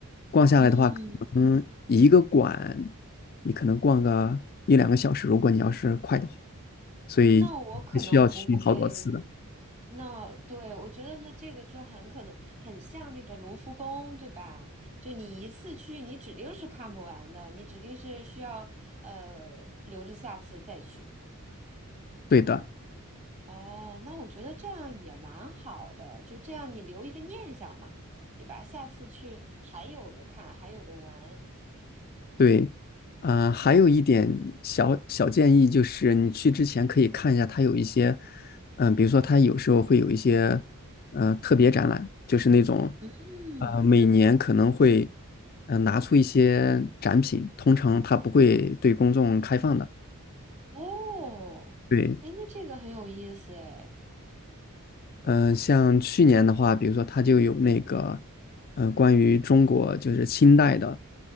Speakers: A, on the left; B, on the right.
A: 逛下来的话。
B: 嗯，
A: 嗯，一个馆你可能逛个一两个小时，如果你要是快的话，所以也需要去好多次的。
B: 那我可能不会，那对，我觉得那这个就很可能很像那个卢浮宫，对吧？就你一次去，你指定是看不完的，你指定是需要呃留着下次再去。
A: 对的，
B: 哦，那我觉得这样也蛮好的，就这样你留一个念想嘛，对吧？下次去还有的看，还有的玩。
A: 对，啊、还有一点小小建议就是，你去之前可以看一下，它有一些，嗯、比如说它有时候会有一些，呃，特别展览，就是那种，
B: 嗯，
A: 呃，每年可能会，呃，拿出一些展品，通常它不会对公众开放的。
B: 哦，
A: 对，
B: 哎，那这个很有意思哎。
A: 嗯、呃像去年的话，比如说它就有那个，嗯、关于中国就是清代的，